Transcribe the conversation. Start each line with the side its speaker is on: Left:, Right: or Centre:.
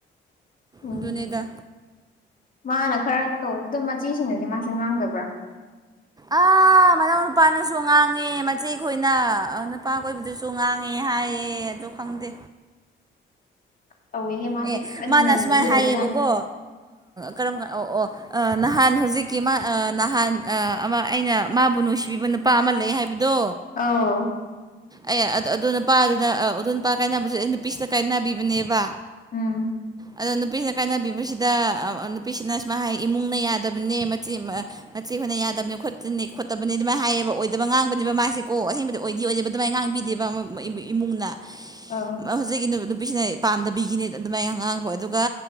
Left: ꯎꯝ
Right: ꯑꯗꯨꯅꯤꯗ
Left: ꯃꯥꯅ ꯈꯔꯁꯨ ꯇꯧꯋꯦ ꯑꯗꯣ ꯃꯆꯦ ꯁꯤꯡꯅꯗꯤ ꯃꯥꯁꯦ ꯉꯥꯡꯗꯕ꯭ꯔꯥ
Right: ꯑ ꯃꯅꯥꯎ ꯅꯨꯄꯥꯅꯁꯨ ꯉꯥꯡꯉꯦ ꯃꯆꯦ ꯈꯈꯣꯏꯅ ꯅꯨꯄꯥ ꯀꯣꯏꯕꯗꯨꯁꯨ ꯉꯥꯡꯉꯦ ꯍꯥꯏꯌꯦ ꯑꯦ ꯑꯗꯣ ꯈꯪꯗꯦ
Left: ꯇꯧꯋꯦꯍꯦ ꯃꯥꯁꯦ
Right: ꯑꯦ
Left: ꯈꯔꯗꯤ
Right: ꯃꯥꯅ
Left: ꯅꯩꯕ
Right: ꯑ ꯁꯁꯨꯃꯥꯏꯅ
Left: ꯃꯤ ꯑꯣꯏꯕꯖꯥꯠꯅꯤ
Right: ꯍꯥꯏꯌꯦꯕꯀꯣ ꯀꯔꯝ ꯀ ꯑꯣ ꯑꯣ ꯅꯍꯥꯟ ꯍꯧꯖꯤꯛꯀꯤ ꯃꯥ ꯅꯍꯥꯟ ꯑꯃ ꯑꯩꯅ ꯃꯥꯕꯨ ꯅꯨꯡꯁꯤꯕꯤꯕ ꯅꯨꯄꯥ ꯑꯃ ꯂꯩ ꯍꯥꯏꯕꯗꯣ
Left: ꯑ
Right: ꯑꯦ ꯑꯗ ꯑꯗꯨꯣ ꯅꯨꯄꯥꯗꯨꯗ ꯑꯗꯨꯣ ꯅꯨꯄꯥ ꯀꯥꯏꯅꯕꯁꯦ ꯑꯩ ꯅꯨꯄꯤꯁꯤꯗ ꯀꯥꯏꯅꯕꯤꯕꯅꯦꯕ
Left: ꯎꯝ
Right: ꯑꯗꯣ ꯅꯨꯄꯤꯁꯤꯅ ꯀꯥꯏꯅꯕꯤꯕꯁꯤꯗ ꯅꯨꯄꯤꯁꯤꯅ ꯁꯨꯃꯥꯏ ꯍꯥꯏ ꯏꯃꯨꯡꯅ ꯌꯥꯗꯕꯅꯦ ꯃꯆꯦ ꯅꯦ ꯍꯣꯅ ꯌꯥꯗꯕꯅꯤ ꯈꯣꯠꯇꯅꯤ ꯈꯣꯠꯇꯕꯅꯤ ꯑꯗꯨꯃꯥꯏꯅ ꯍꯥꯏꯌꯦꯕ ꯑꯣꯏꯗꯕ ꯉꯥꯡꯕꯅꯦꯕ ꯃꯥꯁꯦ ꯀꯣ ꯑꯁꯦꯡꯕꯗꯤ ꯑꯣꯏꯗꯤ ꯑꯣꯏꯗꯕ ꯑꯗꯨꯃꯥꯏꯅ ꯉꯥꯡꯕꯤ ꯗꯤꯕ ꯑꯃꯨꯛ ꯏꯃꯨꯡꯅ
Left: ꯑꯥ
Right: ꯑ ꯍꯧꯖꯤꯛꯀꯤ ꯅꯨꯄꯤꯁꯤꯅ ꯄꯥꯝꯗꯕꯤꯒꯤꯅꯦ ꯑꯗꯨꯃꯥꯏꯅ ꯑꯉꯥꯡꯕ ꯑꯗꯨꯒ